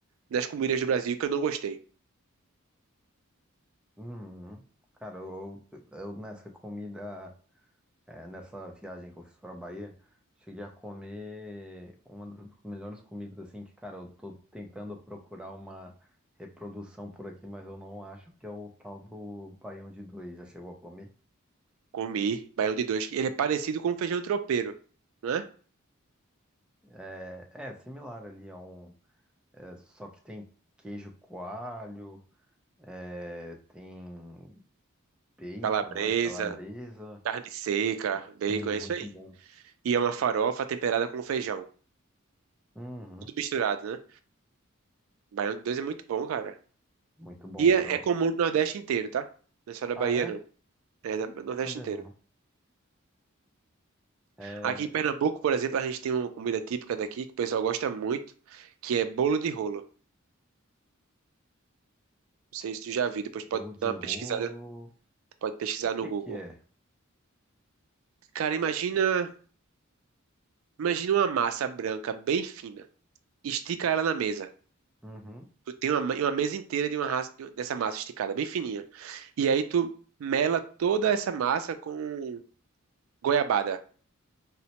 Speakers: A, on the right (about 70°); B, in the centre.
A: nas comidas do Brasil que eu não gostei.
B: Hum, cara, eu, eu nessa comida. É, nessa viagem que eu fiz pra Bahia, cheguei a comer uma das melhores comidas, assim, que, cara, eu tô tentando procurar uma reprodução por aqui, mas eu não acho que é o tal do baião de dois. Já chegou a comer?
A: Comi baião de dois, que ele é parecido com feijão tropeiro, né?
B: É, é similar ali a um, é, só que tem queijo coalho, é, tem bacon,
A: Calabresa,
B: acho, calabresa.
A: carne seca,
B: Sim,
A: bacon,
B: muito
A: é isso aí.
B: bom.
A: E é uma farofa temperada com feijão.
B: Uhum,
A: Tudo misturado, né? Baião de dois é muito bom, cara.
B: muito bom.
A: E é,
B: Eu-
A: é comum no Nordeste inteiro, tá? Não é só da
B: Ah,
A: Bahia,
B: é?
A: não. É da- no Nordeste
B: Sabia
A: inteiro.
B: não. É,
A: Aqui em Pernambuco, por exemplo, a gente tem uma comida típica daqui que o pessoal gosta muito, que é bolo de rolo. Não sei se tu já viu, depois
B: bolo
A: pode
B: de
A: dar uma
B: rolo.
A: pesquisada, pode pesquisar no
B: que
A: Google.
B: que é?
A: Cara, imagina, imagina uma massa branca bem fina. Estica ela na mesa.
B: Uhum.
A: Tu tem uma, ma- uma mesa inteira de uma raça, de- dessa massa esticada, bem fininha. E aí tu mela toda essa massa com goiabada.